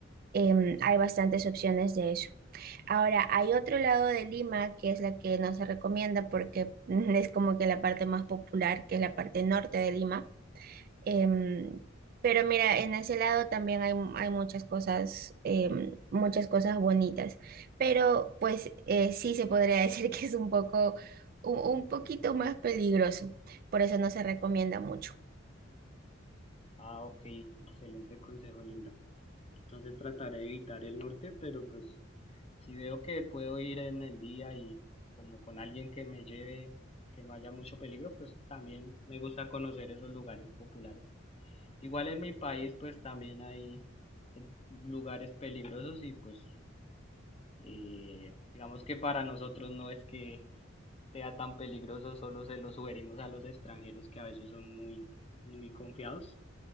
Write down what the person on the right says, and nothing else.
em, hay bastantes opciones de eso. Ahora, hay otro lado de Lima que es la que no se recomienda porque <laughs> mm, es como que la parte más popular, que es la parte norte de Lima Em, pero mira, en ese lado también hay, hay muchas cosas, em, muchas cosas bonitas. Pero pues eh, sí se podría <laughs> decir que es un poco, un, un poquito más peligroso. Por eso no se recomienda mucho.